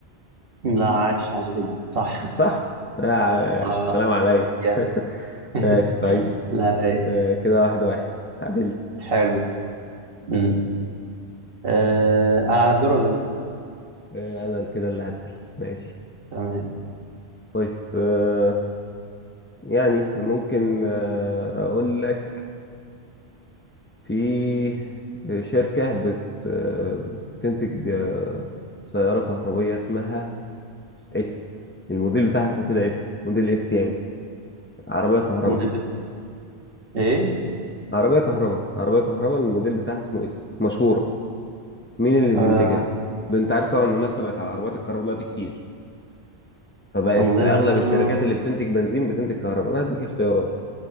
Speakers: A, on the right; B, on the left.
A: لا عايش عايش جدا صح
B: صح آه
A: اه
B: سلام عليا
A: يا
B: <laughs> ماشي
A: <laughs>
B: كويس
A: لا رايق.
B: آه كده واحد واحد تعدلت
A: حلو امم آه، انا على الدور ولا انت؟
B: آه انا كده اللي هسأل ماشي
A: تمام
B: طيب آه يعني ممكن آه اقول لك في آه، شركة بت آه، بتنتج آه، سيارة كهربية اسمها اس الموديل بتاعها اسمه كده اس موديل اس يعني عربية كهرباء
A: مدير بت... ايه
B: عربية كهرباء عربية كهرباء الموديل بتاعها اسمه اس مشهورة مين اللي بينتجها؟
A: آه
B: انت عارف طبعا المنافسة بقت على عربيات الكهرباء دلوقتي كتير فبقت
A: المدير
B: اغلب
A: بتاعنا
B: الشركات اللي بتنتج بنزين بتنتج كهرباء انا هديك اختيارات